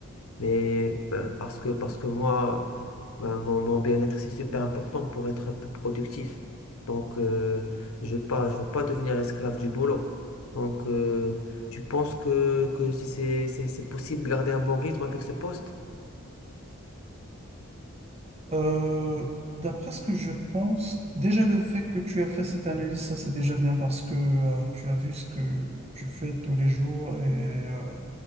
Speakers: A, on the left; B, on the right.
A: Mais euh, parce que, parce que moi, ben, mon, mon bien-être, c'est super important pour être un peu productif. Donc, euh, je veux pas, je veux pas devenir esclave du boulot. Donc, euh, tu penses que, que c'est c'est- c'est- c'est possible de garder un bon rythme avec ce poste?
B: Euh, d'après ce que je pense, déjà le fait que tu as fait cette analyse, ça c'est déjà bien parce que euh, tu as vu ce que tu fais tous les jours et euh,